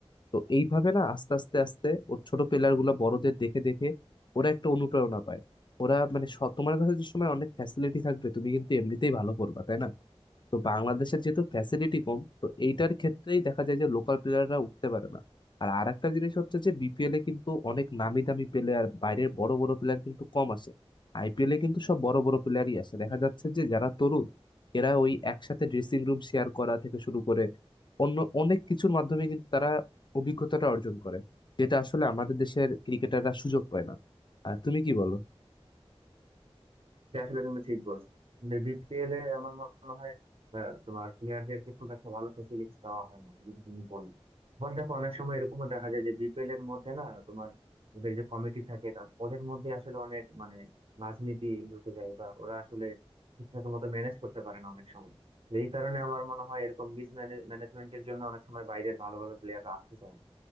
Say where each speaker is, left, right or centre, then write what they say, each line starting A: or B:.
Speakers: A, on the left; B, on the right.
A: তো এইভাবে না আস্তে আস্তে আস্তে ওর ছোট প্লেয়ার গুলো বড়দের দেখে দেখে ওরা একটা অনুপ্রেরণা পায় ওরা মানে স- তোমার কাছে যে সময় অনেক ফ্যাসিলিটি থাকবে তুমি কিন্তু এমনিতেই ভালো করবা তাই না তো বাংলাদেশের যেহেতু ফ্যাসিলিটি কম তো এইটার ক্ষেত্রেই দেখা যায় যে লোকাল প্লেয়াররা উঠতে পারে না আর আরেকটা জিনিস হচ্ছে যে বিপিএল এ কিন্তু অনেক নামি দামি প্লেয়ার বাইরের বড় বড় প্লেয়ার কিন্তু কম আসে আইপিএল এ কিন্তু সব বড় বড় প্লেয়ারই আসে দেখা যাচ্ছে যে যারা তরুণ এরা ওই একসাথে ড্রেসিং রুম শেয়ার করা থেকে শুরু করে অন্য অনেক কিছুর মাধ্যমে কিন্তু তারা অভিজ্ঞতাটা অর্জন করে যেটা আসলে আমাদের দেশের ক্রিকেটাররা সুযোগ পায় না আর তুমি কি বলো
B: এটা আসলে তুমি ঠিক বলছো বিপিএল এ আমার মনে হয় আহ, তোমার প্লেয়ারদেরকে খুব একটা ভালো ফেসিলিটি দেওয়া হয় না যেটা তুমি বললে আবার দেখো অনেক সময় এরকমও দেখা যায় যে বিপিএল এর মধ্যে না তোমার ওদের যে কমিটি থাকে তা- ওদের মধ্যে আসলে অনেক মানে রাজনীতি ঢুকে যায় বা ওরা আসলে ঠিকঠাক মতো ম্যানেজ করতে পারে না অনেক সময় তো এই কারণে আমার মনে হয় এরকম মিস ম্যানেজমেন্টের জন্য অনেক সময় বাইরের ভালো ভালো প্লেয়াররা আসতে চায় না